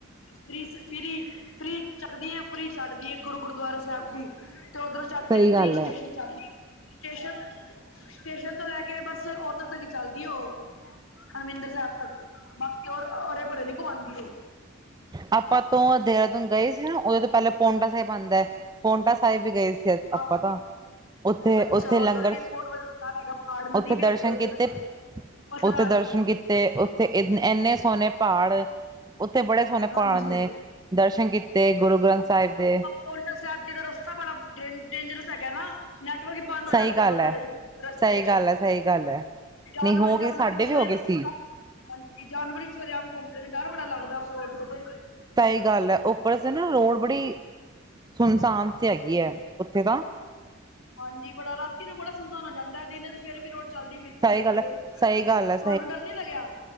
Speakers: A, on the left; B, on the right.
A: ਫਰੀ ਸ, ਫਰੀ, ਫਰੀ ਚੱਕਦੀਏ ਫਰੀ ਛੱਡਦੀਏ ਗੁਰੂ ਗੁਰਦੁਆਰੇ ਸਾਹਿਬ ਦੀ। ਤੇ ਉੱਧਰੋਂ ਚੜ
B: ਸਹੀ
A: ਕੇ
B: ਗੱਲ
A: ਫ੍ਰਰੀ
B: ਹੈ
A: ਸਟੇਸ਼ਨ ਛੜ ਦੀ ਏ, ਸਟੇਸ਼ਨ- ਸਟੇਸ਼ਨ ਤੋਂ ਲੈ ਕੇ ਬਸ ਉਧਰ ਤੱਕ ਚੱਲਦੀ ਓ, ਹਰਿਮਿੰਦਰ ਸਾਹਿਬ ਤੱਕ। ਬਾਕੀ ਔਰ ਅਰੇ ਭਰੇ ਨੀ ਘੁੰਮਉਂਦੀ ਓ।
B: ਆਪਾਂ ਤੋਂ ਦੇਹਰਾਦੂਨ ਗਏ ਸੀ ਨਾ ਉਹਦੇ ਤੋਂ ਪਹਿਲਾਂ ਪੋਂਟਾ ਸਾਹਿਬ ਬਣਦਾ ਐ, ਪੋਨਟਾ ਸਾਹਿਬ ਵੀ ਗਏ ਸੀ
A: ਹਾਂਜੀ
B: ਆਪਾਂ ਤਾਂ। ਉੱਥੇ
A: ਅੱਛਾ
B: ਉੱਥੇ ਲੰਗਰ
A: ਉੱਧਰ ਵੀ ਬਹੁਤ ਵਧੀਆ ਹੈਗਾ ਪਾੜ
B: ਉੱਥੇ
A: ਨਦੀ ਵੀ
B: ਦਰਸ਼ਨ
A: ਹੈਗੀ ਉੱਧਰ
B: ਕੀਤੇ
A: ਵੀ। ਪਥਰਾ
B: ਉੱਥੇ
A: ਆਲੀ
B: ਦਰਸ਼ਨ ਕੀਤੇ ਉੱਥੇ ਇ-ਇੰਨੇ ਸੋਹਣੇ ਪਹਾੜ, ਉੱਥੇ ਬੜੇ ਸੋਹਣੇ
A: ਹਾਂਜੀ
B: ਪਹਾੜ ਨੇ, ਦਰਸ਼ਨ ਕੀਤੇ ਗੁਰੂ ਗ੍ਰੰਥ ਸਾਹਿਬ ਦੇ।
A: ਪੌਂਟਾ ਸਾਹਿਬ ਜੀ ਦਾ ਰਸਤਾ ਬੜਾ ਡੇ- ਡੇਂਜਰਸ ਹੈਗਾ ਨਾ। ਨੈਟਵਰਕ ਈ ਬੰਦ ਹੋ
B: ਸਹੀ
A: ਜਾਂਦੇ
B: ਗੱਲ
A: ਨੇ ਉੱਧਰ
B: ਹੈ
A: ਰਸਤੇ
B: ਸਹੀ
A: ਚ।
B: ਗੱਲ ਹੈ ਸਹੀ ਗੱਲ ਹੈ
A: ਜਾਨਵਰ-
B: ਨਹੀਂ ਹੋ
A: ਜਾਨਵਰ
B: ਗਏ ਸਾਡੇ
A: ਵੀ ਸਾਰੇ
B: ਹੋ
A: <unintelligible>
B: ਗਏ ਸੀ
A: ਹਾਂਜੀ ਜਾਨਵਰ ਵੀ ਸਵੇਰੇ ਆਮ ਘੁੰਮਦੇ ਨੇ ਡਰ ਬੜਾ ਲੱਗਦਾ ਉਸ ਰੋਡ ਤੇ ਤੇ।
B: ਸਹੀ ਗੱਲ ਹੈ ਉੱਪਰ ਸੇ ਨਾ ਰੋਡ ਬੜੀ, ਸੁਨਸਾਨ ਸੀ ਹੈਗੀ ਹੈ ਉੱਥੇ ਤਾਂ।
A: ਹਾਂਜੀ ਬੜਾ ਰਾਤੀ ਤੇ ਬੜਾ ਸੁਨਸਾਨ ਹੋ ਜਾਂਦਾ ਦਿਨ ਚ ਫੇਰ ਵੀ ਰੋਡ ਚੱਲਦੀ ਫਿਰਦੀ
B: ਸਹੀ
A: ਰਹਦੀ
B: ਗੱਲ ਹੈ
A: ਏ।
B: ਸਹੀ ਗੱਲ ਹੈ
A: ਤੁਹਾਨੂੰ ਡਰ ਨੀ ਲੱਗਿਆ?